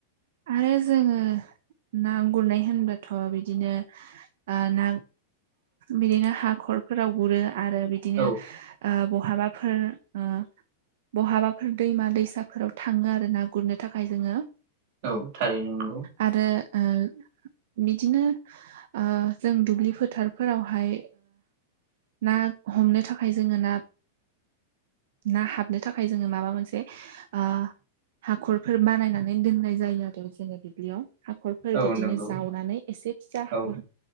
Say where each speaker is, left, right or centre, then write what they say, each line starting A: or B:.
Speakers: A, on the right; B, on the right.
A: आरो जोङो ना गुरनाय होनबाथ' बिदिनो बा ना बिदिनो हाखरफोराव गुरो आरो बिदिनो
B: औ
A: ओ बहाबाफोर ओ बहाबाफोर दैमा दैसाफोराव थाङो आरो ना गुरनो थाखाय जोङो
B: औ थारैनो नंगौ।
A: आरो ओ बिदिनो ओ जों दुब्लि फोथारफोरावहाय ना हमनो थाखाय जोङो ना ना हाबनो थाखाय जोङो माबा मोनसे ओ हाख'रफोर बानायनानै दोननाय जायो आरो जेरै दुब्लियाव हाखरफोर
B: औ
A: बिदिनो
B: नंगौ
A: जावनानै एसे फिसा हाखर
B: औ